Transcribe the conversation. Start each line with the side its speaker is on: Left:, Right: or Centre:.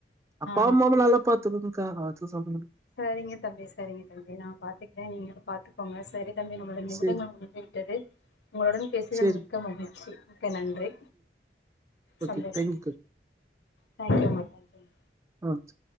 Right: அப்பா
Left: ஆ
Right: அம்மாவ நல்லா பாத்துக்கோங்கக்கா அத சொன்னே
Left: சேரிங்க தம்பி சேரிங்க தம்பி நா பாத்துக்கிறே நீங்களு பாத்துக்கோங்க சேரி தம்பி நம்ளுடைய நிமிடங்கள்
Right: சரி
Left: முடிந்து விட்டது உங்களுடன் பேசுதல்
Right: சரி
Left: மிக்க மகிழ்ச்சி ஓகே நன்றி
Right: ஓகே
Left: சந்தோஷம்
Right: தேங்க்யூக்கா
Left: தேங்க்யூமா தேங்க்யூமா
Right: ஆ சே